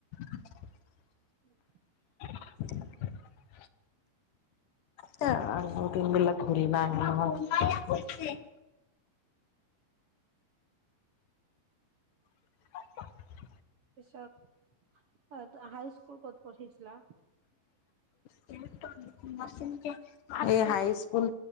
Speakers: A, on the left; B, on the right.
A: <unintelligible>
B: উম
A: <unintelligible> তে আ দিন বিলাক ঘূৰি নাহে নহ। <unintelligible>
B: পিছত, তই হাই স্কুল ক'ত পঢ়িছিলা?
A: <unintelligible> এই হাই স্কুল